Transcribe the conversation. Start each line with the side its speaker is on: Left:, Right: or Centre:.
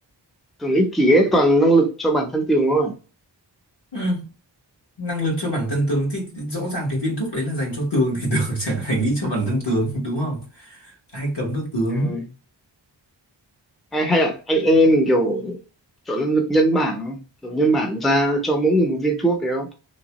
Centre: từng ích kỷ ấy, toàn năng lực cho bản thân tường thôi
Left: ừ năng lực cho bản thân tường thì rõ ràng cái viên thuốc đấy là dành cho tường thì <laughs> tường chả phải nghĩ cho bản thân tường đúng không ai cấm được tường
Centre: à? ừ. hay hay là anh anh em mình kiểu chọn năng lực nhân bản không kiểu nhân bản ra cho mỗi người một viên thuốc đấy không